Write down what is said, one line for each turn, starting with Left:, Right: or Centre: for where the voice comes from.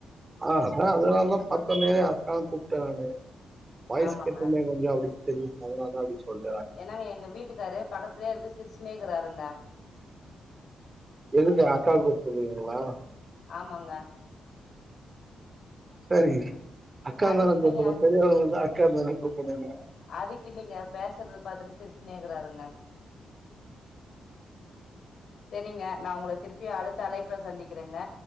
Right: ஆ அதா அதனாலதா பாத்தோனே அக்கான் கூப்பட்டே நானு வாய்ஸ்
Left: ஆமாங்க
Right: கேட்டொனே கொஞ்சோ அப்புடி சேரி அதனாலதா அப்டின் சொல்
Left: என்னாங்க எங்க வீட்டுக்காரு பக்கத்துலயே இருந்து சிருச்சுனே இருக்குறாருங்க
Right: எதுக்கு எங்க அக்காள கூப்புடுக்கங்க எனக்கு வேண்ணா
Left: ஆமாங்க
Right: சேரி அக்காந்தா
Left: அதுக்கு
Right: <unintelligible>
Left: இல்லைங்க
Right: அக்கான்தானே கூப்ட முடியு
Left: அதுக்கு இல்லைங்க பேசுறது பாத்துட்டு சிருச்சுன்னே இருக்காருங்க சேரிங்க நா உங்கள திருப்பி அடுத்த அலைப்புல சந்திக்கிறங்க